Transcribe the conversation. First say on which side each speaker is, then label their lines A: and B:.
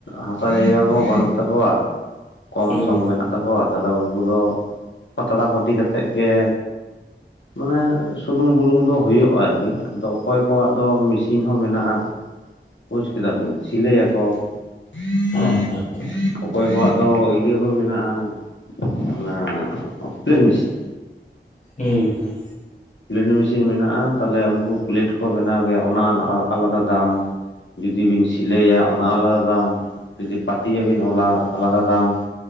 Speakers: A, on the left; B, on the left.
A: ᱦᱟᱥᱟ ᱡᱟᱭᱜᱟ ᱠᱚᱦᱚᱸ ᱵᱟᱱᱩᱜ ᱛᱟᱠᱚᱣᱟ᱾ ᱠᱚᱢ
B: ᱦᱮᱸ
A: ᱥᱚᱢ
B: ᱦᱩᱸ
A: ᱢᱮᱱᱟᱜ ᱛᱟᱠᱚᱣᱟ ᱛᱟᱦᱚᱞᱮ ᱩᱱᱠᱩ ᱫᱚ ᱯᱟᱛᱲᱟ ᱯᱟᱹᱴᱤ ᱠᱟᱛᱮᱫ ᱜᱮᱼᱼ ᱢᱟᱱᱮ ᱥᱩᱱᱩᱢ ᱵᱩᱞᱩᱝ ᱫᱚ ᱦᱩᱭᱩᱜ-ᱟ ᱟᱨᱠᱤ ᱟᱫᱚ ᱚᱠᱚᱭ ᱠᱚᱣᱟᱜ ᱫᱚ ᱢᱤᱥᱤᱱ ᱦᱚᱸ ᱢᱮᱱᱟᱜ-ᱟ᱾ ᱵᱩᱡᱽ ᱠᱮᱫᱟ ᱵᱤᱱ ᱥᱤᱞᱟᱹᱭ ᱟᱠᱚ <unintelligible>
B: ᱟᱪᱪᱷᱟ ᱟᱪᱪᱷᱟ
A: ᱚᱠᱚᱭ ᱠᱚᱣᱟᱜ ᱫᱚ ᱤᱭᱟᱹᱼᱼ ᱠᱩ ᱢᱮᱱᱟᱜ-ᱟ ᱚᱱᱟ ᱯᱮᱞᱮᱴ ᱢᱤᱥᱤᱱ᱾
B: ᱦᱩᱸ ᱦᱩᱸ᱾
A: ᱯᱮᱞᱮᱴ ᱢᱤᱥᱤᱱ ᱢᱮᱱᱟᱜ-ᱟ ᱛᱟᱦᱚᱞᱮ ᱩᱱᱠᱩ ᱯᱮᱞᱮᱴ ᱠᱚ ᱵᱮᱱᱟᱣ ᱜᱮᱭᱟ ᱚᱱᱟ <unintelligible> ᱟᱞᱟᱫᱟ ᱫᱟᱢ᱾ ᱡᱩᱫᱤ ᱵᱤᱱ ᱥᱤᱞᱟᱹᱭᱟ ᱚᱱᱟ ᱟᱞᱟᱫᱟ ᱫᱟᱢ ᱡᱩᱫᱤ <unintelligible> ᱯᱟᱹᱴᱤᱭᱟ ᱵᱤᱱ ᱚᱞᱟ ᱟᱞᱟᱫᱟ ᱫᱟᱢ